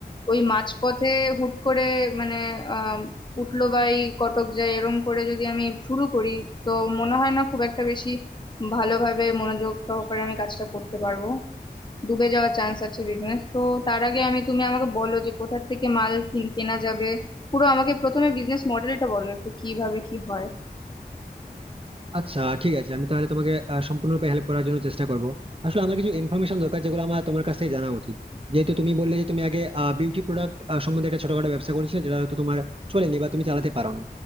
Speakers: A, on the left (about 25°); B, on the right (about 35°).
A: ওই মাঝপথে হুট করে মানে আহ উঠলো বাই কটক যায় এরম করে যদি আমি শুরু করি তো মনে হয় না খুব একটা বেশি ভালোভাবে মনোযোগ সহকারে আমি কাজটা করতে পারবো ডুবে যাওয়ার চান্স আছে বিজনেস তো তার আগে আমি তুমি আমাকে বলো যে কোথা থেকে মাল কিন কেনা যাবে পুরো আমাকে প্রথমে বিজনেস মডেলটা বলো একটু কিভাবে কি হয়
B: আচ্ছা ঠিক আছে আমি তাহলে তোমাকে আহ, সম্পূর্ণরূপে হেল্প করার জন্য চেষ্টা করব আসলে আমার কিছু ইনফরমেশন দরকার যেগুলো আমার তোমার কাছ থেকে জানা উচিত যেহেতু তুমি বললে যে তুমি আগে বিউটি প্রোডাক্ট সম্বন্ধে একটা ছোটখাটো ব্যবসা করেছিলে যেটা হয়তো তোমার চলেনি বা তুমি চালাতে পারোনি